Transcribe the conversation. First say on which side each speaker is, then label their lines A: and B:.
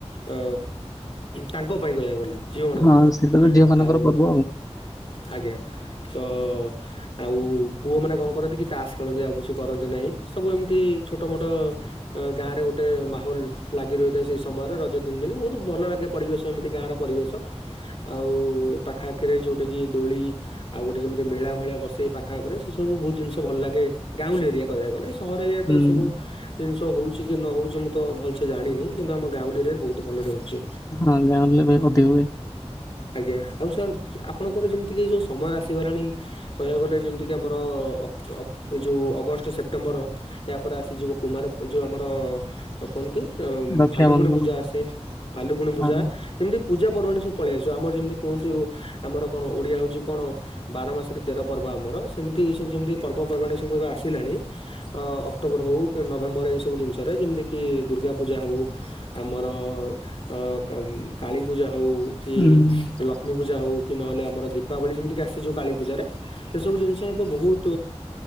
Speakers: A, on the left; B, on the left.
A: ଅ ତାଙ୍କ ପାଇଁ କହିବାକୁ ଗଲେ। ଝିଅ ମାନଙ୍କ
B: ହଁ
A: ପାଇଁ
B: ସେଇଟା ତ ଝିଅ ମାନଙ୍କର
A: ଆଉ
B: ପର୍ବ
A: ଆଜ୍ଞା। ତ ଆଉ। ପୁଅମାନେ କଣ କରନ୍ତି କି ତାସ୍ ଖେଳନ୍ତି ଆଉ କିଛି କରନ୍ତି ନାହିଁ। ସବୁ ଏମିତି ଛୋଟ ମୋଟ ଗାଁରେ ଗୋଟେ ସେ ମାହୋଲ ଲାଗି ରହିଥାଏ ସେଇ ସମୟରେ ରଜ ତିନ ଦିନ ବହୁତ ଭଲ ଲାଗେ ପରିବେଶ ଏମିତି ଗାଁର ପରିବେଶ। ଆଉ ଏପାଖା ଆଖିରେ ଯୋଉଟା କିି ଦୋଳି ଆଉ ଗୋଟେ ଯେମିତି ମେଳା ଭଳିଆ ବସେଇ ପାଖ ଆଖରେ। ସେ ସବୁ ବହୁତ ଜିନିଷ ଭଲ ଲାଗେ ଗାଉଁଲି ଏରିଆ କହିବାକୁଗଲେ ସହର ଏରିଆ ଟ
B: ହୁଁ
A: ଏ ସବୁ ଜିନି। ତ ହେଉଛି କି ନ ହେଉଛି ମୁଁ ତ ଭଲସେ ଜାଣିନି କିନ୍ତୁ ଆମ ଗାଁଲି ଏରିଆରେ ବହୁତ ଭଲରେ ହେଉଛି।
B: ହଁ ଗାଉଁଲିରେ ଅଧିକ ହୁଏ।
A: ଆଜ୍ଞା ଆଉ ସାର୍ ଆ ଆପଣଙ୍କର ଯେମିତି କି ଯୋଉ ସମୟ ଆସିଗଲାଣି କହିବାକୁ ଗଲେ ଯେମିତି କି ଆମର ଅକ୍ଟ୍ ଅକ୍ଟ୍ ଏ ଯଉଁ ଅଗଷ୍ଟ ସେପ୍ଟେମ୍ବର ୟାପରେ ଆସିଯିବ କୁମାର ଯଉଁ ଆମର କୁହନ୍ତି ଅ
B: ରକ୍ଷାବନ୍ଧନ
A: ଭାଲୁକୁଣୀ ପୂଜା ଆସେ ଭାଲୁକୁଣୀ ପୂଜା
B: ହଁ
A: ଯେମତି ପୂଜା ପର୍ବାଣୀ ସବୁ ପଳେଇଆସିବ ଆମର ଯେମିତି କୁହନ୍ତି ଆମର କଣ ଓଡ଼ିଆ ହଉଚି କଣ ବାର ମାସରେ ତେର ପର୍ବ। ଆମର ସେମିତି ଏସବୁ ଯେମିତି ପର୍ବପର୍ବାଣି ସବୁ ଏବେ ଆସିଲାଣି ଅ ଅକ୍ଟୋବର ହେଉ କି ନଭେମ୍ବର ଏଇସବୁ ଜିନିଷରେ ଯେମିତିକି ଦୁର୍ଗା ପୂଜା ହୋଉ ଆମର ଅ ଉଁ କାଳୀପୂଜା ହୋଉ କି
B: ହୁଁ।
A: ଲକ୍ଷ୍ମୀ ପୂଜା ହଉ କି ନହଲେ ଆମର ଦୀପାବଳୀ ଯେମିତି ଆସେ କାଳୀ ପୂଜାରେ ସେ ସେବୁ ଜିନିଷ ବହୁତ